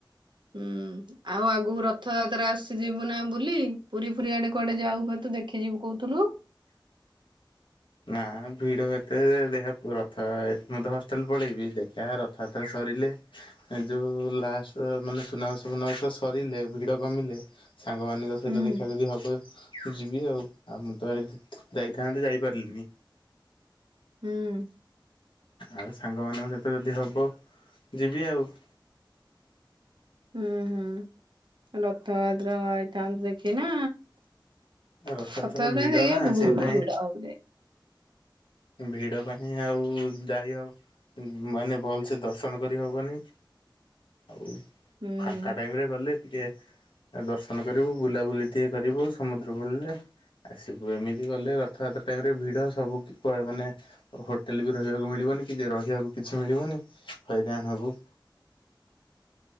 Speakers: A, on the right; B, on the left.
A: ହୁଁ। ଆଉ ଆଗକୁ ରଥଯାତ୍ରା ଆସିଯିବୁ ନା ବୁଲି ପୁରୀ ପୁରୀ ଆଡେ କୁଆଡେ ଯାଉ ତୁ ଦେଖିଯିବୁ କହୁଥିଲୁ।
B: ନା ଭିଡ ଏତେ ଦେଖ ରଥ ମତେ ହଷ୍ଟେଲ ପଳେଇବି। ଦେଖା ରଥଯାତ୍ରା ସରିଲେ। ଯୋଉ ଲାଷ୍ଟ ମାନେ ସୁନାଉ ଫନାଉ ସରିଲେ ଭିଡ କମିଲେ। ସାଙ୍ଗମାନଙ୍କ ସହିତ
A: ହୁଁ
B: ଦେଖିବାକୁ ଯଦି ହବ ମୁ ଯିବି ଆଉ। ଆଉ ମୁଁ ତ ଯାଇଥାନ୍ତେ ଯାଇ ବରଲି
A: ହୁଁ
B: ଆଉ ସାଙ୍ଗମାନଙ୍କ ସହିତ ଯଦି ହବ ଯିବି ଆଉ
A: ହୁଁ ହୁଁ ରକ୍ତ ଭଦ୍ର ହେଇଥାନ୍ତୁ ଦେଖି ନା
B: ରଥଯାତ୍ରା
A: ପତ
B: ଭିଡ଼
A: ଦ ଏଇ
B: ନା
A: ବବହୁତ
B: ସେଇଥିପାଇଁ
A: ବିଡ଼ା
B: ଭିଡ ପାଇଁ ଆଉ ଯାୟୀ ହଉ ମାନେ ଭଲସେ ଦର୍ଶନ କରି ହବନି ଆଉ
A: ହୁଁ
B: ଏକା ଟାଇମେ ଗଲେ ଟିକେ ଦର୍ଶନ କରିବୁ ବୁଲାବୁଲି ଟିକେ କରିବୁ ସମୁଦ୍ର ବୋଳିଲେ ଆସିବୁ ଏମିତି ଗଲେ ରଥଯାତ୍ରା ଟାଇମ ରେ ଭିଡ ସବୁ କୁଆଡ଼େ ମାନେ ହୋଟେଲ ବି ରହିବାକୁ ମିଳିବନି କି ରହିବାକୁ କିଛି ମିଳିବନି ହଇରାଣ ହେବ